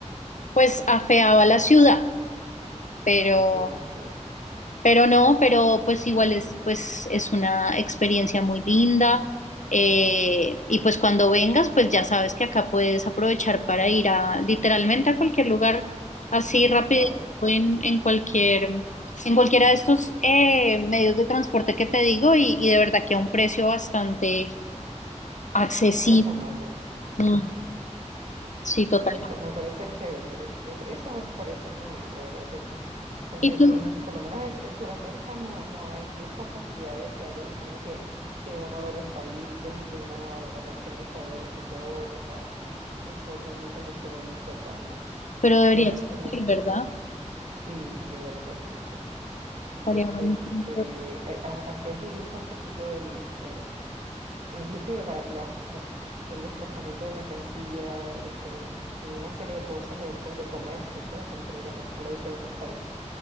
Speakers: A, on the left; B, on the right.
A: pues afeaba la ciudad, pero...
B: Ah, sí,
A: Pero no, pero pues igual es, pues es una experiencia muy linda. eh, y pues cuando vengas, pues ya sabes que acá puedes aprovechar para ir a literalmente a cualquier lugar así rapidito
B: claro,
A: en, en cualquier, en cualquiera de estos eh, medios de transporte que te digo y, y de verdad que a un precio bastante accesible.
B: razonable, sí.
A: Mm, sí, total.
B: Oye, está, me parece chévere. Eso, eso me parece muy bien, de verdad que sí. Porque
A: Y
B: aquí,
A: tú,
B: en, por lo menos es- en Sudamérica, no, no hay esa facilidad de que haya un tren que, que una a varios países y que uno agarre el tren y se vaya de un sitio a otro. O sea, eso realmente no se ve mucho acá, ¿no?
A: pero debería
B: Entonces
A: existir,
B: me parece,
A: ¿verdad?
B: sí, de verdad que sí.
A: Estaría
B: Este,
A: buenísimo.
B: porque eh, a- así agiliza un poquito el eh, inclusive la, la, eh, el desplazamiento de mercancía, este, y una serie de cosas de, co- de comercio, pues, entre las, los diferentes países.